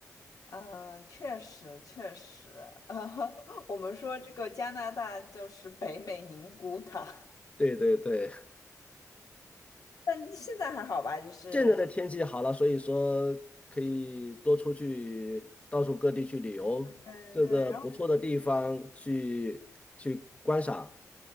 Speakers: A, on the left; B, on the left.
A: 嗯，确实确实，<laughs> 啊我们说这个加拿大就是北美宁古塔，
B: 对对对，
A: 但现在还好吧，就是，
B: 现在的天气好了，所以说可以多出去到处各地去旅游，
A: 嗯对。
B: 各个不错的地方去去观赏。
A: 然后